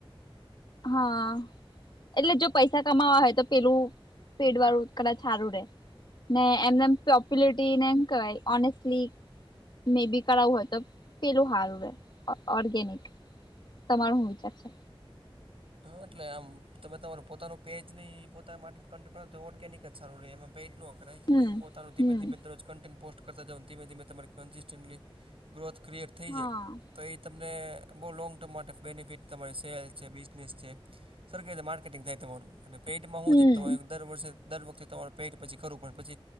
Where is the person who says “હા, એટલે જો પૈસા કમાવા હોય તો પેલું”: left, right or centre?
Left